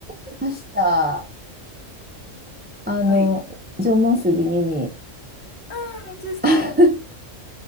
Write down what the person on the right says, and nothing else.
いました。あの、
縄文杉見に。
<laughs>